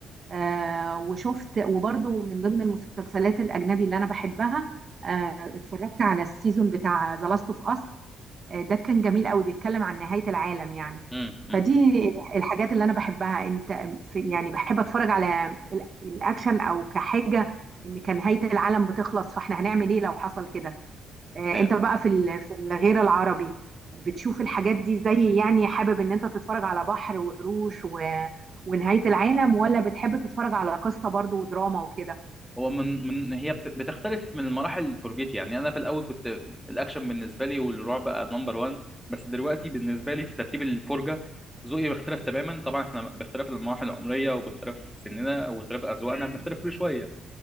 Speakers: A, on the right; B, in the centre.
A: آه وشفت وبرضو من ضمن المسلسلات الاجنبي اللي انا بحبها آه اتفرجت على السيزون بتاع ذا لاست اوف اس آه، ده كان جميل قوي بيتكلم عن نهاية العالم يعني
B: امم
A: فدي الحاجات اللي انا بحبها انت في يعني بحب اتفرج على ال- الاكشن او كحاجة ان كان نهاية العالم بتخلص فاحنا هنعمل ايه لو حصل كده آه،
B: أيوة.
A: انت بقى في ال- في الغير العربي بتشوف الحاجات دي زي يعني حابب ان انت تتفرج على بحر وقروش و... ونهاية العالم ولا بتحب تتفرج على قصة برضو ودراما وكده
B: هو من من هي بت- بتختلف من المراحل فرجتي يعني انا في الاول كنت الاكشن بالنسبه لي والرعب بقى نمبر 1 بس دلوقتي بالنسبه لي في ترتيب الفرجه ذوقي بيختلف تماما طبعا احنا باختلاف المراحل العمريه وباختلاف سننا وباختلاف اذواقنا بنختلف كل شويه